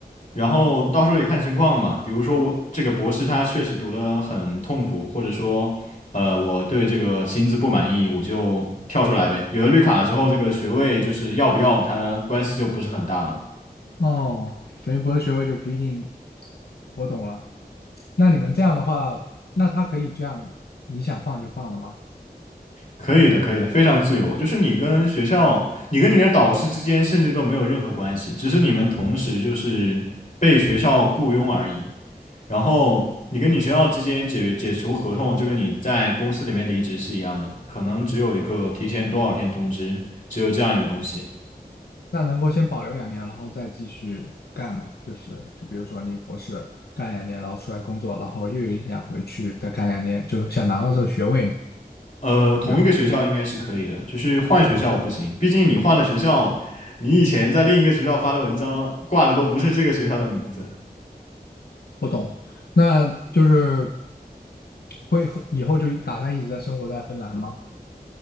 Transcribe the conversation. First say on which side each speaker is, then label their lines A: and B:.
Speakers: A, on the left; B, on the left.
A: 然后到时候也看情况吧。比如说我这个博士他确实读得很痛苦，或者说，呃，我对这个薪资不满意，我就跳出来呗。有了绿卡了之后，这个学位就是要不要，它关系就不是很大了。
B: 哦，等于博士学位就不一定。我懂了。那你们这样的话，那他可以这样，你想放就放了吗？
A: 可以的，可以的，非常自由。就是你跟学校，你跟你的导师之间甚至都没有任何关系，只是你们同时就是被学校雇佣而已。然后你跟你学校之间解解除合同，就跟你在公司里面离职是一样的，可能只有一个提前多少天通知，只有这样一个东西。
B: 那能够先保留两年，然后再继续干吗？就是就比如说你博士干两年，然后出来工作，然后又有一想回去再干两年，就想拿到这个学位嘛？
A: 呃，同一个学校应该是可以的，
B: 有。
A: 就是换学校不行，毕竟你换了学校，你以前在另一个学校发的文章挂的都不是这个学校的名字。
B: 我懂了，那就是会会以后就打算一直在生活在芬兰吗？